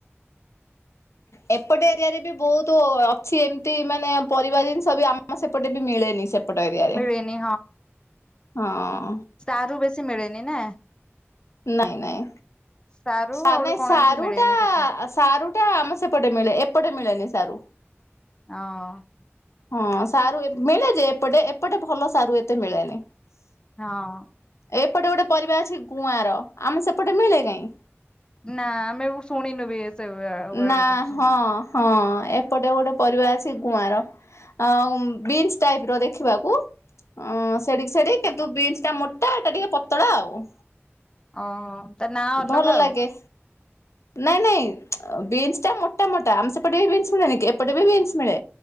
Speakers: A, on the left; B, on the left.
A: <inaudible>
B: ଏପଟେ ଏରିଆରେ ବି ବହୁତ ଅଛି ଏମତି ମାନେ ପରିବା ଜିନିଷ ବି ଆମ ସେପଟେ ବି ମିଳେନି ସେ ପଟରିଆରେ
A: ମିଳେନି
B: ହଁ।।
A: ତ ରୁ ବେଶୀ ମିଳେନି ନା
B: ନାଇଁ ନାଇଁ
A: ସାରୁ ଆଉ
B: ଆ
A: ଗୋଟେ
B: ନାଇଁ
A: କଣ
B: ସାରୁ
A: ଏମିତି ମିଳେନି
B: ଟା
A: ସେପଟେ
B: ସାରୁଟା ଆମ ସେପଟେ ମିଳେ ଏପଟେ ମିଳେନି ସାରୁ
A: ହଁ।
B: ହଁ ସାରୁ ମିଳେ ଯେ ଏପଟେ ଏପଟେ ଭଲ ସାରୁ ଏତେ ମିଳେନି।
A: ହଁ।
B: ଏପଟେ ଗୋଟେ ପରିବା ଅଛି ଗୁଆଁର ଆମେ ସେପଟେ ମିଳେ କାହିଁ।
A: ନା ଆମେ ଶୁଣିନୁ ବି ସେ ଆଳୁ
B: ନା
A: କରୁଛି
B: ହଁ, ହଁ, ଏପଟେ ଗୋଟେ ପରିବା ଅଛି ଗୁଆଁର। ଆ ବିନ୍ସ ଟାଇପ ର ଦେଖିବାକୁ। ହଁ ସେଡିକି ସେଡି କିନ୍ତୁ ବିନ୍ସ ଟା ମୋଟା ସେଟା ଟିକେ ପତଳା ଆଉ।
A: ଓହୋ ତା ନାଁ ଅଲଗା
B: ଭଲ
A: ଆଉ
B: ଲାଗେ, ନାଇଁ, ନାଇଁ। ବିନ୍ସ ଟା ମୋଟା ମୋଟା ଆମେ ସେପଟେ ବିନ୍ସ ମିଳେନି କି, ଏପଟେ ବିନ୍ସ ମିଳେ।